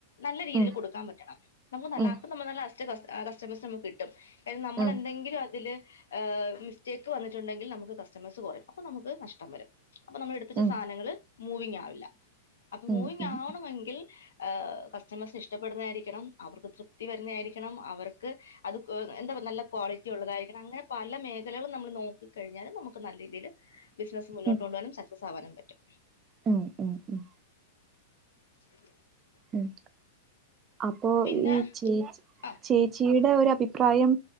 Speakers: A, on the left; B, on the right.
A: നല്ല രീതിയിൽ
B: ഉം
A: കൊടുക്കാൻ പറ്റണം നമുക്ക് നല്ല
B: ഉം
A: അപ്പ നമ്മ നല്ല അസ്റ്റ് ആഹ് കസ്റ്റമേഴ്സിനെ നമുക്ക് കിട്ടും നമ്മള്
B: ഉം ഉം ഉം
A: എന്തെങ്കിലും അതില് ഏഹ് മിസ്റ്റേക്ക് വന്നിട്ടുണ്ടെങ്കിൽ നമുക്ക് കസ്റ്റമേഴ്സ് കുറയും അപ്പോ നമുക്ക് നഷ്ടം വരും അപ്പൊ നമ്മൾ എടുത്തച്ച
B: ഉം ഉം ഉം
A: സാധനങ്ങള് മൂവിങ് ആവില്ല അപ്പൊ
B: ഉം
A: മൂവിങ്
B: ഉം ഉം
A: ആവണമെങ്കിൽ ഹ കസ്റ്റമേഴ്സ് ഇഷ്ടപ്പെടുന്നതായിരിക്കണം അവർക്ക് തൃപ്തി വരുന്നതായിരിക്കണം അവർക്ക് അത് ഹ് എന്താ പ നല്ല ക്വാളിറ്റി ഉള്ളതായിരിക്കണം അങ്ങനെ പല മേഖലകളും നമ്മൾ നോക്കി കഴിഞ്ഞാലും നമുക്ക് നല്ല രീതിയില് ബിസിനസ് മുന്നോട്ട്
B: ഉം
A: കൊണ്ട് പോകാനും സക്സസ് ആവാനും പറ്റും
B: ഉം ഉം ഉം
A: <inaudible>
B: ളം അപ്പൊ
A: പിന്നെ
B: ഈ ചേച്ചി
A: ആ
B: ചേച്ചീടെ ഒരു അഭിപ്രായം